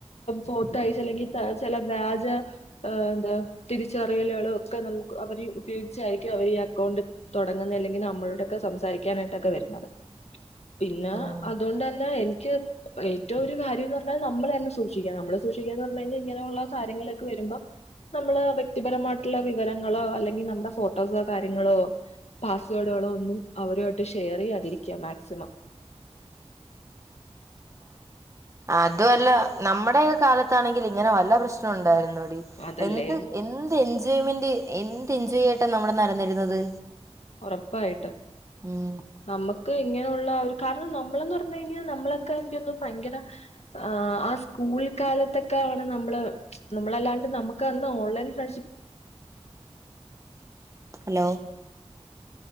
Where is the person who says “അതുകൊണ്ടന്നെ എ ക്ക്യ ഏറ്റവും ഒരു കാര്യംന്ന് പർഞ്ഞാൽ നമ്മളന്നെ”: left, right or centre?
Left